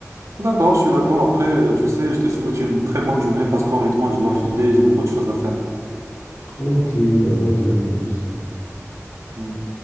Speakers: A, on the right; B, on the left.
A: D'accord, je suis d'accord. Après, euh, tu sais, je te souhaite une très bonne journée parce qu'honnêtement, je dois filer, j'ai beaucoup de choses à faire.
B: Ok, ben vas-y, à plus.
A: Mhm.